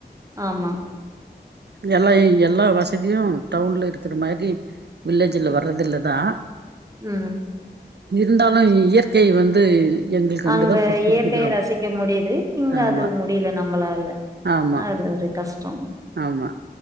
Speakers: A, on the right; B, on the right.
A: ஆமா
B: எல்லா எல்லா வசதியு டவுன்ல இருக்குற மாரி வில்லேஜில்ல வர்றதில்லதா
A: ம்
B: இருந்தாலு இயற்கை வந்து எங்களுக்கு
A: அங்க
B: அங்கதா புடிச்சிருக்குது
A: இயற்கைய
B: ரொம்ப
A: ரசிக்க முடியுது இங்க
B: ஆமா
A: அது முடியல நம்மளால
B: ஆமா
A: அது ஒரு கஷ்டோ
B: ஆமா